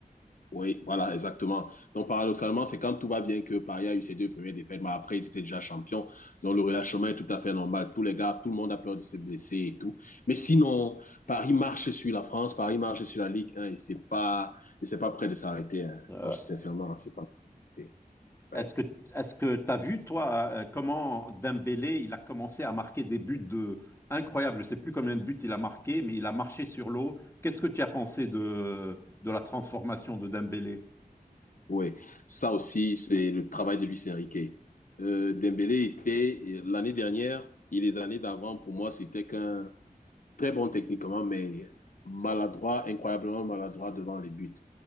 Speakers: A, on the left; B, on the left.
A: Oui, voilà, exactement. Donc, paradoxalement, c'est quand tout va bien que Paris a eu ses deux premières défaites, mais après, ils étaient déjà champions. Donc, le relâchement est tout à fait normal. Tous les gars, tout le monde a peur de se blesser et tout. Mais sinon, Paris marche sur la France, Paris marche sur la Ligue 1 et c'est pas, et c'est pas prêt de s'arrêter. Hein.
B: Euh,
A: Donc, sincèrement, c'est pas prêt. Ouais.
B: Est-ce que est-ce que t'as vu toi euh, comment Dembélé il a commencé à marquer des buts de incroyables. Je sais plus combien de buts il a marqué, mais il a marché sur l'eau. Qu'est-ce que tu as pensé de de la transformation de Dembélé?
A: Oui, ça aussi, c'est le travail de Luis Enrique. Euh, Dembélé était, l'année dernière et les années d'avant, pour moi, c'était qu'un très bon techniquement, mais maladroit, incroyablement maladroit devant les buts.